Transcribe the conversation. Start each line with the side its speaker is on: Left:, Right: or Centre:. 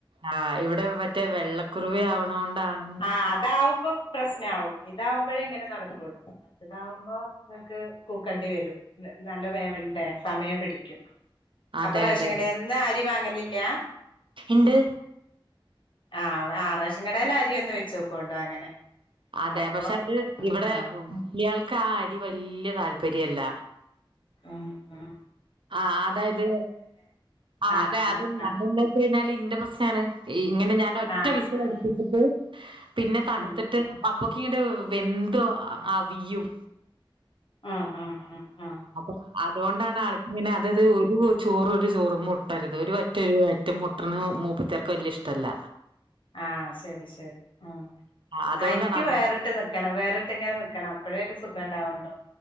Right: ആഹ് ഇവിടെ മറ്റേ വെള്ളക്കുറിവി ആവണണ്ടാണ്
Left: ആഹ് അതാവുമ്പം പ്രശ്ന ആവും ഇതാവുമ്പോഴേ എങ്ങനെ നടക്കുള്ളൂ താവുമ്പോ നിക്ക് കൂക്കേണ്ടി വരും ല്ലേ നല്ല വേവ്വേണ്ട സമയം പിടിക്കും
Right: അതെ
Left: അപ്പൊ റേഷൻ
Right: അതെ
Left: ക ന്ന് അരി വാങ്ങലില്ല
Right: ഇണ്ട്
Left: ആഹ ആ റേഷകടേല അരി ഒന്ന് വെച്ചക്കെണ്ടോ അങ്ങനെ
Right: അതെ
Left: അപ്പൊ
Right: പക്ഷെ അത് ഇവിടെ
Left: ആഹ്
Right: ഇയാൾക്ക് ആ അരി വല്യ താല്പര്യല്ല
Left: ആഹ ആഹ
Right: ആ അതായത് ആ
Left: ആഹ്
Right: അതെ അത്
Left: ആഹ്
Right: ഞാന
Left: ആഹ്
Right: എന്താ വച്ച കഴിഞ്ഞാല് ഇന്റെ പ്രശ്നമാണ് ഇങ്ങനെ ഞാൻ ഒറ്റ
Left: ആഹ്
Right: വിസ
Left: ആഹ്
Right: അടുപ്പിച്ചിട്ട് പിന്നെ തണുത്തിട്ട്
Left: ഉം
Right: അപ്പൊക്ക ഇങ്ങട്ട വെന്ത അവിയും
Left: ആഹ ആഹ ആഹ ആഹ
Right: അപ്പൊ അതുകൊണ്ടാണ് ആൾക്ക ഇങ്ങനെ അതത് ഒരു ചോർ ഒരു ചോറ്മ്മേ ഓട്ടരുത് ഒരു വറ്റ് ഒർവറ്റിമെ ഒറ്റ ട്ട്ണ് മൂപ്പത്തേർക്ക് വലിയ ഇഷ്ടല്ല
Left: ആഹ ശരി ശരി ആ
Right: അതുകൊണ്ടാണ്
Left: ആ എനിക്ക്
Right: അത്
Left: വേറിട്ട് നി ക്കണം വേറിട്ട് ഇങ്ങനെ നിക്കണം അപ്പഴേ ഒരു സുഖം ഉണ്ടാവുള്ളു